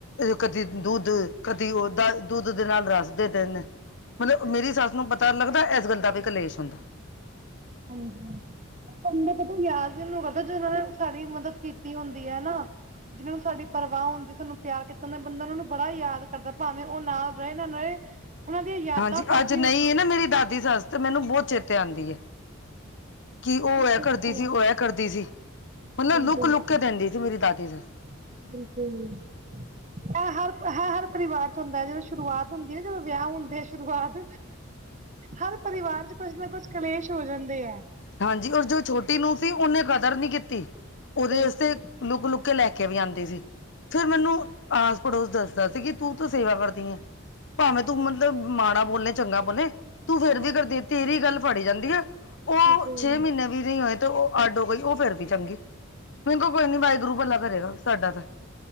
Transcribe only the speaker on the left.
ਕਦੀ ਦੁੱਧ ਕਦੀ ਉਹ ਦੁੱਧ ਦੇ ਨਾਲ ਰੱਸ ਦੇ ਦੇਂਦੇਂ। ਮਤਲਬ ਮੇਰੀ ਸੱਸ ਨੂੰ ਪਤਾ ਲੱਗਦਾ, ਇਸ ਗੱਲ ਦਾ ਵੀ ਕਲੇਸ਼ ਹੁੰਦਾ।
ਹਾਂਜੀ
ਅੱਜ ਨਹੀਂ
ਨਾ ਮੇਰੀ
ਦਾਦੀ ਸੱਸ, ਤੇ ਮੈਨੂੰ ਬਹੁਤ ਚੇਤੇ ਆਉਂਦੀ ਹੈ। ਕਿ ਉਹ
ਐ ਕਰਦੀ ਸੀ ਉਹ ਇਹ ਕਰਦੀ ਸੀ ਮਤਲਬ ਲੁੱਕ-
ਲੁੱਕ ਦਿੰਦੀ ਸੀ ਮੇਰੀ ਦਾਦੀ ਸੱਸ।
ਹਾਂਜੀ, ਓਸ ਜੋ ਛੋਟੀ ਨੂੰਹ ਸੀ ਉਹਨੇ ਕਦਰ ਨਹੀਂ ਕੀਤੀ ਉਹ ਦੇ
ਵਾਸਤੇ ਲੁਕ ਲੁਕ ਕੇ ਲੈ ਕੇ ਵੀ ਆਉਂਦੀ ਸੀ। ਫਿਰ ਮੈਨੂੰ ਆਸ ਪੜੋਸ ਦੱਸਦਾ ਸੀ ਕਿ ਤੂੰ ਤਾਂ ਸੇਵਾ ਕਰਦੀ ਆਂ। ਭਾਵੇਂ ਤੂੰ ਮਤਲਬ ਮਾੜਾ ਬੋਲੇ ਚੰਗਾ ਬੋਲੇ ਤੂੰ ਫੇਰ
ਵੀ ਕਰਦੀ ਤੇਰੀ ਗੱਲ ਫੜੀ ਜਾਂਦੀ ਆ। ਉਹ
ਛੇ ਮਹੀਨੇ ਵੀ ਨਹੀਂ ਹੋਏ ਤੇ ਉਹ ਅਡ ਹੋ ਗਈ ਉਹ ਫੇਰ ਵੀ ਚੰਗੀ। ਕੋਈ ਨੀ ਵਾਹਿਗੁਰੂ ਭਲਾ ਕਰੇਗਾ ਸਾਡਾ ਤਾਂ